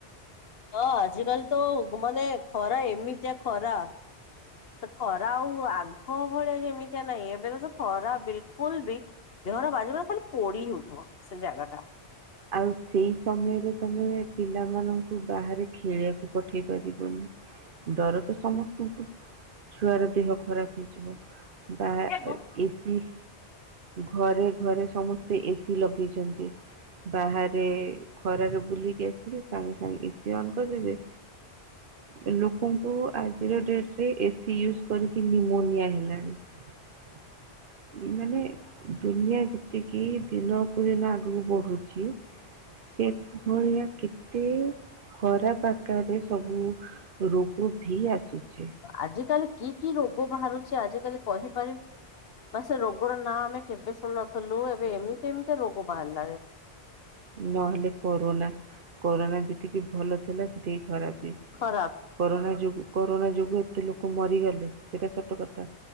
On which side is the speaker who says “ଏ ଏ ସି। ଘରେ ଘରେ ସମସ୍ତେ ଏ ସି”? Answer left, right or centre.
Right